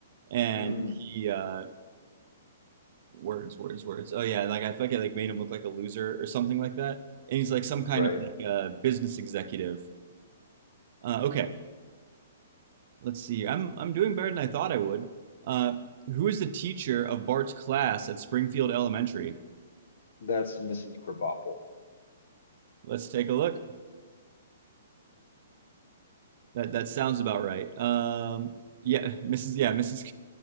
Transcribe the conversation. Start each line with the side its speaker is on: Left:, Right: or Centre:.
Right: and
Left: Mm,
Right: he uh, words, words, words. Oh yeah, and like I feel like it like made him look like a loser or something like that. And he's like some kind
Left: right.
Right: of like uh, business executive. Uh, okay, let's see. I'm I'm doing better than I thought I would. Uh, who is the teacher of Bart's class at Springfield Elementary?
Left: That's Mrs. Crabapple.
Right: Let's take a look. That that sounds about right. Um, yeah, Mrs. Yeah, Mrs.